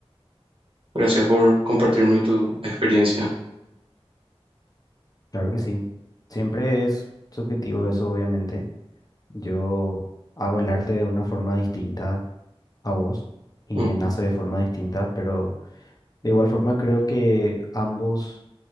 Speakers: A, on the right (about 60°); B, on the left (about 35°).
A: Gracias por compartirme tu experiencia.
B: claro que sí. Siempre es subjetivo eso, obviamente. Yo hago el arte de una forma distinta a vos y
A: Ujú.
B: me nace de forma distinta, pero de igual forma creo que ambos